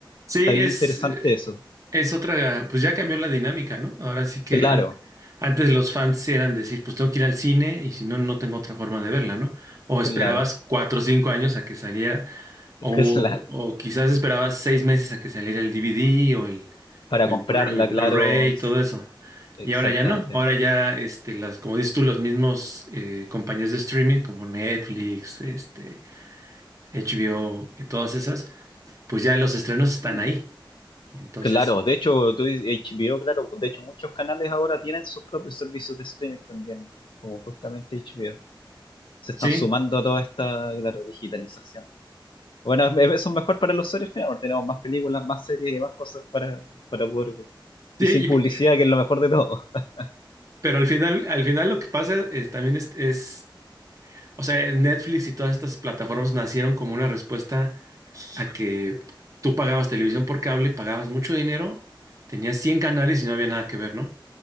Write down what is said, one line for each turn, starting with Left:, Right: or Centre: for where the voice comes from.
Right: Sí,
Left: Está bien
Right: es,
Left: interesante
Right: eh,
Left: eso.
Right: es otra, pues ya cambió la dinámica, ¿no? Ahora sí que
Left: Claro,
Right: an- antes los fans sí eran decir, pues tengo que ir al cine y si no, no tengo otra forma de verla, ¿no? O
Left: claro,
Right: esperabas cuatro o cinco años a que saliera. O,
Left: <laughs> claro.
Right: o quizás esperabas seis meses a que saliera el DVD o el,
Left: Para
Right: o el
Left: comprarla,
Right: Blu-ray el Blu-ray
Left: claro, ex-
Right: y todo eso.
Left: exactamente.
Right: Y ahora ya no. Ahora ya, este, las, como dices tú, los mismos eh, compañías de streaming como Netflix, este, HBO y todas esas, pues ya los estrenos están
Left: Mm.
Right: ahí. Entonces,
Left: Claro, de hecho, tú dices HBO, claro, de hecho muchos canales ahora tienen sus propios servicios de streaming también, como justamente HBO. Se están
Right: sí,
Left: sumando a toda esta, claro, digitalización. Bueno, es- eso es mejor para los usuarios finales, porque tenemos más películas, más series y más cosas para, para poder ver.
Right: sí,
Left: Y sin publicidad,
Right: y-
Left: que es lo mejor de todo. <laughs>
Right: pero al final, al final lo que pasa es, también es, es, o sea, Netflix y todas estas plataformas nacieron como una respuesta a que tú pagabas televisión por cable, pagabas mucho dinero, tenías 100 canales y no había nada que ver, ¿no?